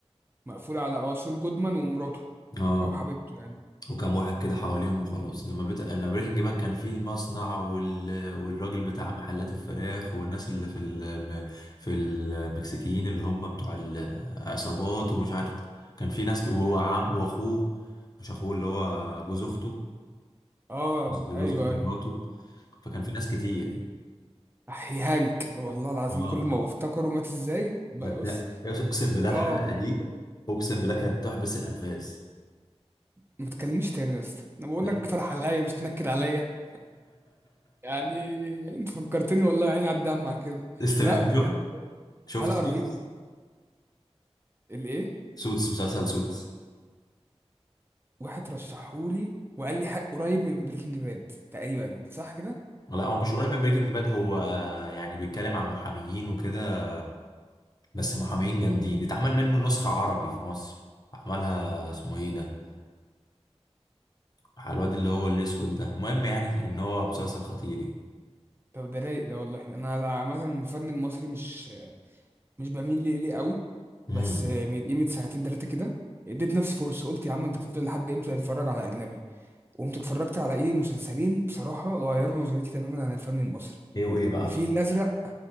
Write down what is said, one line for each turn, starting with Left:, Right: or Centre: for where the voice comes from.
Right: مقفول على اه سول جودمان ومراته
Left: اه
Right: او حبيبته يعني
Left: وكم واحد كده حواليهم وخلاص انما بيت... انا بريكنج باد كان فيه المصنع وال... والراجل بتاع محلات الفراخ والناس اللي في ال... في المكسيكيين اللي هم بتوع العصابات ومش عارف كان في ناس ك... وعم واخوه مش اخوه اللي هو جوز اخته
Right: اه
Left: لجوز
Right: ايوه
Left: اخت مراته
Right: ايوه
Left: فكان في ناس كتير يعني
Right: احي هانك والله العظيم
Left: اه
Right: كل ما بفتكره مات ازاي بقى
Left: بدأ
Right: بص
Left: اقسم بالله
Right: اه
Left: الحلقه دي اقسم بالله كانت تحبس الانفاس
Right: ما تكلمنيش تاني يا اسطى انا بقول
Left: <laughs>
Right: لك اقترح عليا مش تنكد عليا يعني انت فكرتني والله عيني على الدمع عن كده
Left: لسه
Right: لا
Left: انت
Right: بجد
Left: شفت شفت
Right: حلقه
Left: سوتس
Right: رهيبه الايه
Left: سوتس مسلسل سوتس
Right: واحد رشحهولي وقال لي حق قريب من بريكنج باد تقريبا صح كده
Left: لا هو مش قريب من بريكنج باد هو يعني بيتكلم عن محاميين وكده بس محامين جامدين اتعمل منه نسخة عربي في مصر عملها اسمه ايه ده على الواد اللي هو الاسود ده المهم يعني ان هو مسلسل خطير يعني
Right: طب ده رايق ده والله انا عامه الفن المصري مش مش بميل ليه ليه قوي
Left: امم
Right: بس من قيمه سنتين ثلاثه كده اديت نفسي فرصه قلت يا عم انت هتفضل لحد امتى تتفرج على اجنبي قمت اتفرجت على ايه مسلسلين بصراحه غيروا نظرتي تماما عن الفن المصري
Left: ايه وايه بقى
Right: الفيل الازرق